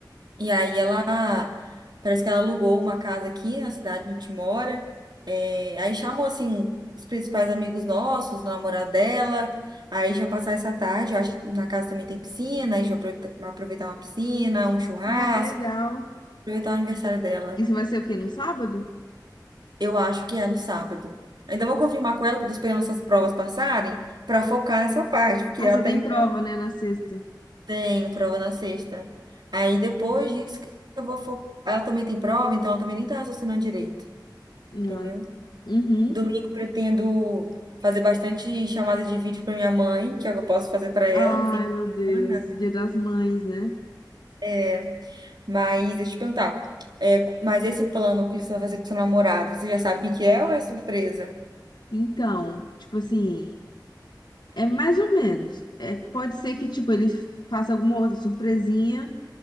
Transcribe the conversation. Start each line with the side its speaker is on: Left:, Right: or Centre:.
Right: E aí ela, parece que ela alugou uma casa aqui na cidade onde a gente mora. É, aí chamou, assim, os principais amigos nossos, o namorado dela. Aí a gente vai passar essa tarde, eu acho que na casa também tem piscina, a gente vai aproveita- vai aproveitar uma piscina, um churrasco,
Left: Ah, que legal.
Right: aproveitar o aniversário dela.
Left: Isso vai ser o quê? No sábado?
Right: Eu acho que é no sábado. Ainda vou confirmar com ela, porque eu tô esperando essas provas
Left: Uhum.
Right: passarem, para focar nessa parte, porque
Left: Ah,
Right: até
Left: você tem
Right: então
Left: prova, né? Na sexta.
Right: tem prova na sexta. Aí depois disso que eu vou focar. Ela também tem prova, então ela também nem tá raciocinando direito. entendeu?
Left: Ah. Uhum.
Right: Domingo pretendo fazer bastante chamadas de vídeo para minha mãe, que é o que eu posso fazer para ela
Left: Ai,
Right: no fim de
Left: meu Deus.
Right: semana,
Left: Dia das Mães, né?
Right: né? Mas deixa eu te perguntar, é, mas esse plano que você vai fazer com seu namorado, você já sabe o que que é ou é surpresa?
Left: Então, tipo assim, é mais ou menos. É, pode ser que, tipo, ele faça alguma outra surpresinha